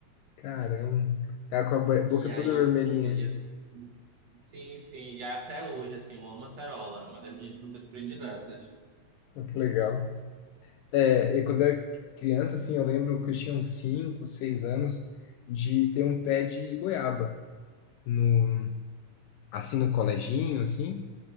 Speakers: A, on the left; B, on the right.
A: Caramba. Cara com a bo- boca
B: E aí
A: toda vermelhinha.
B: eu comia. Sim, sim. E até hoje, assim, eu amo acerola, é uma das minhas frutas prediletas.
A: Olha Que legal. É, eu quando era criança, assim, eu lembro que eu tinha uns 5, 6 anos de ter um pé de goiaba no, assim, no coleginho, assim,